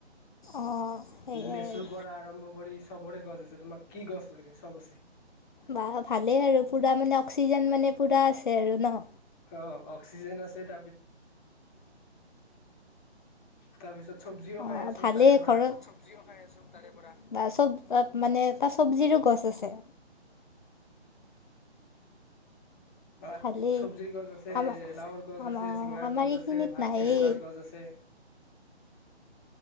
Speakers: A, on the left; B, on the left.
A: অঁ সেয়াই
B: লেচুৰ
A: আৰু
B: পৰা আৰম্ভ কৰি চবৰে গছ আছে তোমাক কি গছ লাগে চব আছে
A: বা ভালেই আৰু পূৰা মানে অক্সিজেন মানে পূৰা আছে আৰু ন
B: অ অক্সিজে আছে সেইটপি তাৰপিছত চব্জিও
A: অ
B: খাই আছো
A: ভালেই
B: তাৰে পৰা
A: ঘৰত চ খাইছ বা চব মানে তাত চব্জিৰো গছ আছে
B: অ
A: ভালেই।
B: চব্জিৰ গছ আছে
A: আমাৰ
B: লাওৰ গছ
A: অ',
B: আছে চিঙাৰ
A: আমাৰ
B: গছ
A: এইখিনিত
B: আছে ভাত
A: নায়েই।
B: কেৰেলাৰ গছ আছে